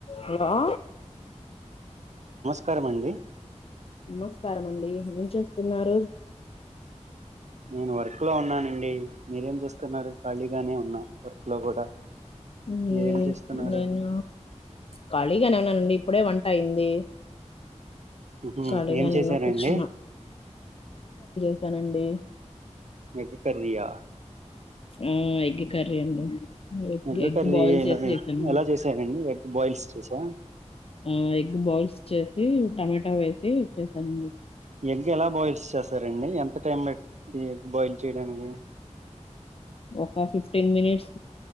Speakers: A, on the left; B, on the right.
A: Hello
B: కరమండి
A: నమస్కారం అండి ఏం చేస్తున్నారు
B: నేను వర్క్ లో ఉన్నానండి మీరేం చేస్తున్నారు ఖాళీగానే ఉన్నా వర్క్ లో కూడా
A: నే
B: మీరేం చేస్తున్నారు
A: నేను ఖాళీగానే ఉన్నానండి ప్పుడే వంట అయింది
B: ఉహు,
A: ఖాళీగానే
B: ఏం చేశారండి
A: నున్నా కూర్చునా స్తానండి
B: ఎగ్ కర్రీయా
A: మ్మ్ ఎగ్ కర్రీ అండి ఎగ్
B: ఎల
A: ఎగ్
B: కర్రీ
A: బాయిల్
B: వేయలా
A: చేసి
B: అని
A: చేసానండి
B: ఎలా చేసారండి ఎగ్ బాయిల్స్ చెసా ఆ
A: మ్మ్ ఎగ్ బౌయిల్స్ చేసి టమాటా వేసి చేసానండి
B: ఎగ్ ఎలా బాయిల్స్ చేస్తారండి ఎంత టైం పట్టింద్ ఎగ్ బాయిల్ చేయడానికి
A: ఒక ఫిఫ్టీన్ మినిట్స్